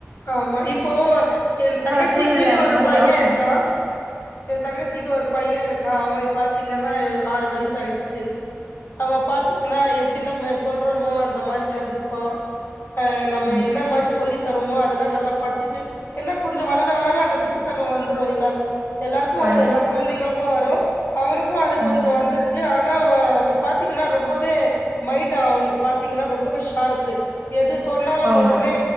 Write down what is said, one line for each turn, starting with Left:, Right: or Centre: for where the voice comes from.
Left: ஆமா இப்போ ஏ தங்கச்சிக்கு
Right: சூழ்நிலை அந்த
Left: ஒரு
Right: மாதிரி
Left: பைய
Right: ஆக்கணும்
Left: இருக்கா ஏ தங்கச்சிக்கு ஒரு பைய இருக்க அவ பாத்தீங்கன்னா ஆறு வய்சு ஆயிட்ச்சு அவ பாத்தீங்கன்னா எப்டி நம்ம சொல்றோமோ அந் அந்த மாரி நடந்துப்பா அ நம்ம
Right: ம்
Left: என்ன மாரி சொல்லி தரோமோ துல்லா நல்லா பட்ச்சிட்டு ஏன்னா கொஞ்ச வளர வளர அந்த சுட்டித்தண வந்துரு எல்லாருக் எல்லாருக்கு
Right: கண்டிப்பா
Left: வரு எல்லா குழந்தைங்களுக்கு வரு அவுனுக்கு அது கொஞ்ச
Right: ம்
Left: வந்துருக் கு ஆனா அவ அவ பாத்தீங்கன்னா ரொம்பவே மைண்ட்டு அவுங்ளுக்கு பாத்தீங்கனா ரொம்பவிஷ் பார்ப்பு எது சொன்னாலு
Right: ஆமா
Left: ஒடனே